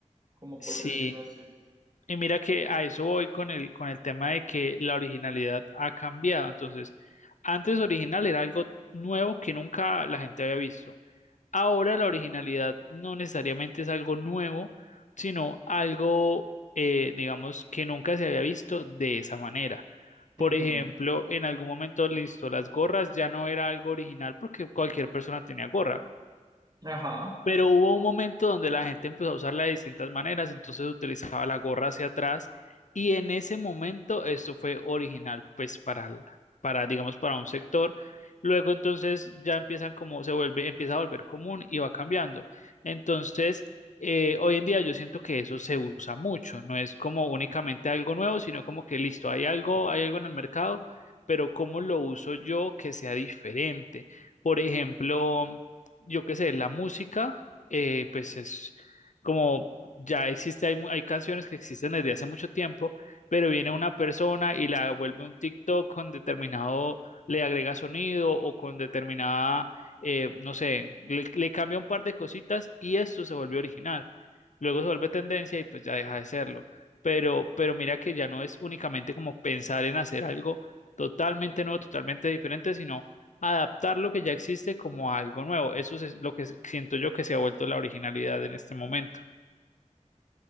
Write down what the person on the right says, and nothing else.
como
por decirlo así.
Ujú.
Ajá.